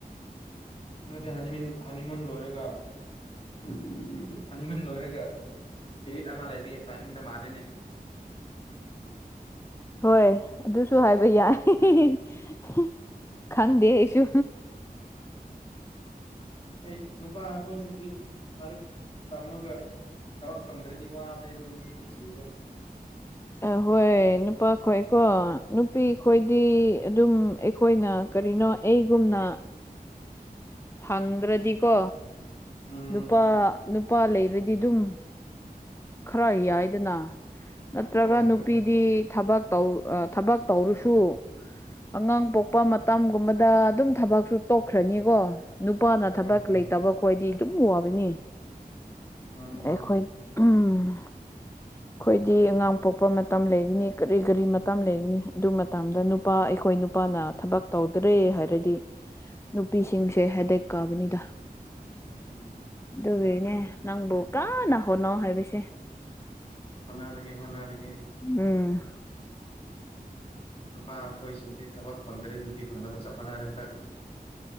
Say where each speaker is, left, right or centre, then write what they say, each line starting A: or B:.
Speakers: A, on the left; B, on the left.
A: <unintelligible> ꯂꯣꯏꯔꯒ <unintelligible> ꯂꯣꯏꯔꯒ ꯄꯔꯤꯠ ꯑꯃ ꯂꯩꯕꯒꯤ ꯇꯥꯏꯃꯤꯡꯗ ꯃꯥꯜꯂꯤꯅꯦ
B: ꯍꯣꯏ ꯑꯗꯨꯁꯨ ꯍꯥꯏꯕ ꯌꯥꯏ <unintelligible> ꯈꯪꯗꯦ ꯑꯩꯁꯨ
A: ꯑꯩ ꯅꯨꯄꯥ ꯑꯩꯈꯣꯏꯁꯤꯡꯗꯤ ꯂꯥꯏꯔꯤꯛ ꯇꯝꯃꯒ ꯊꯕꯛ ꯐꯪꯗ꯭ꯔꯗꯤ ꯋꯥꯕꯅꯦ ꯑꯗꯨ ꯅꯨꯄꯤ ꯊꯤꯔꯁꯨ
B: ꯑꯍꯣꯏ ꯅꯨꯄꯥ ꯈꯣꯏꯀꯣ ꯅꯨꯄꯤ ꯈꯣꯏꯗꯤ ꯑꯗꯨꯝ ꯑꯩꯈꯣꯏꯅ ꯀꯔꯤꯅꯣ ꯑꯩꯒꯨꯝꯅ ꯐꯪꯗ꯭ꯔꯗꯤꯀꯣ
A: ꯎꯝ
B: ꯅꯨꯄꯥ ꯅꯨꯄꯥ ꯂꯩꯔꯗꯤ ꯑꯗꯨꯝ ꯈꯔ ꯌꯥꯏ <unintelligible> ꯅꯠꯇ꯭ꯔꯒ
A: ꯍꯣꯏ ꯍꯣꯏ
B: ꯅꯨꯄꯤꯗꯤ ꯊꯕꯛ ꯇꯧ ꯊꯕꯛ ꯇꯧꯔꯁꯨ ꯑꯉꯥꯡ ꯄꯣꯛꯄ ꯃꯇꯝꯒꯨꯝꯕꯗ ꯑꯗꯨꯝ ꯊꯕꯛꯁꯨ ꯇꯣꯛꯈ꯭ꯔꯅꯤꯀꯣ ꯅꯨꯄꯥꯅ
A: ꯍꯣꯏ
B: ꯊꯕꯛ
A: ꯍꯣꯏ
B: ꯂꯩꯇꯕ ꯈꯣꯏꯗꯤ ꯑꯗꯨꯝ ꯋꯥꯕꯅꯤ
A: ꯃꯥꯅꯤ ꯃꯥꯅꯤ
B: ꯑꯩꯈꯣꯏ <unintelligible>
A: <inaudible>
B: ꯑꯩꯈꯣꯏꯗꯤ ꯑꯉꯥꯡ ꯄꯣꯛꯄ ꯃꯇꯝ ꯂꯩꯒꯅꯤ ꯀꯔꯤ ꯀꯔꯤ ꯃꯇꯝ ꯂꯩꯒꯅꯤ ꯑꯗꯨ ꯃꯇꯝꯗ ꯅꯨꯄꯥ ꯑꯩꯈꯣꯏ ꯅꯨꯄꯥꯅ ꯊꯕꯛ ꯇꯧꯗ꯭ꯔꯦ ꯍꯥꯏꯔꯗꯤ ꯅꯨꯄꯤꯁꯤꯡꯁꯦ ꯍꯦꯗꯦꯛ ꯀꯥꯕꯅꯤꯗ
A: ꯎꯝ
B: ꯑꯗꯨꯒꯤꯅꯦ ꯅꯪꯕꯨ ꯀꯥꯟꯅ ꯍꯣꯠꯅꯣ ꯍꯥꯏꯕꯁꯦ
A: ꯍꯣꯠꯅꯔꯒꯦ ꯍꯣꯠꯅꯔꯒꯦ
B: ꯎꯝ
A: ꯅꯨꯄꯥ ꯑꯩꯈꯣꯏꯁꯤꯡꯗꯤ ꯊꯕꯛ ꯐꯪꯗ꯭ꯔꯦ ꯅꯨꯄꯤ ꯐꯪꯗꯕ ꯆꯞ ꯃꯥꯟꯅꯔꯦ ꯍꯟꯗꯛꯇꯤ